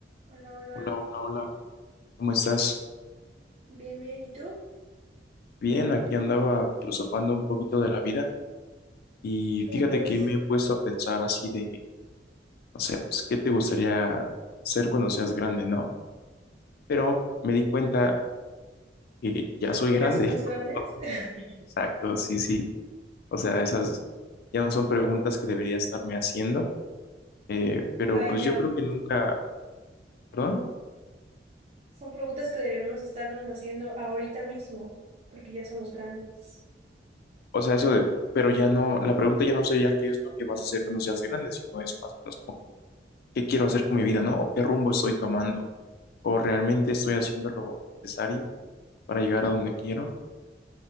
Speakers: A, on the right (about 35°); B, on the left (about 55°).
A: Hola, hola.
B: Hola, hola, hola, ¿cómo estás?
A: Bien, bien. ¿Y tú?
B: Bien, aquí andaba filosofando un poquito de la vida y
A: ¿Cómo
B: fíjate
A: crees
B: que me he puesto a pensar así de, no sé, pues, ¿qué te gustaría ser cuando seas grande, no? Pero me di cuenta que <laughs> ya soy
A: que
B: grande.
A: ya somos
B: <laughs>
A: grandes? <laughs>
B: Exacto, sí, sí. O sea, esas ya no son preguntas que debería estarme haciendo, eh, pero
A: Right
B: pues
A: now.
B: yo creo que nunca, perdón,
A: Son preguntas que debemos estarnos haciendo ahorita mismo, porque ya somos grandes.
B: o sea, eso de, pero ya no, la pregunta ya no sería qué es lo que vas a hacer cuando seas grande, sino es más o menos como que, qué quiero hacer con mi vida, ¿no? O qué rumbo estoy tomando. o realmente estoy haciendo lo necesario para llegar a donde quiero.